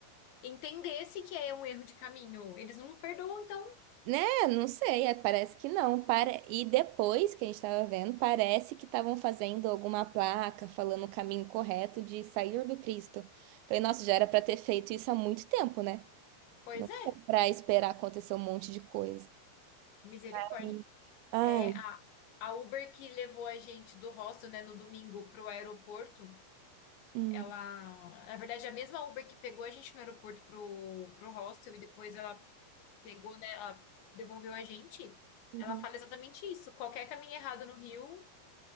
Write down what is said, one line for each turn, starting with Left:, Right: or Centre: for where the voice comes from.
Left: entendesse que é um erro de caminho. Eles não perdoam, então.
Right: né? Não sei, é, parece que não. Para... E depois que a gente estava vendo, parece que estavam fazendo alguma placa falando o caminho correto de sair do Cristo. Falei, nossa, já era para ter feito isso há muito tempo, né?
Left: Pois
Right: Não
Left: é,
Right: para esperar acontecer um monte de coisa.
Left: misericórdia.
Right: Aí, Ai,
Left: É a, a Uber que levou a gente do hostel, né, no domingo para o aeroporto.
Right: Hum.
Left: Ela, na verdade, é a mesma Uber que pegou a gente no aeroporto pro, pro hostel e depois ela pegou, né, ela devolveu a gente.
Right: Uhum.
Left: Ela fala exatamente isso. Qualquer caminho errado no Rio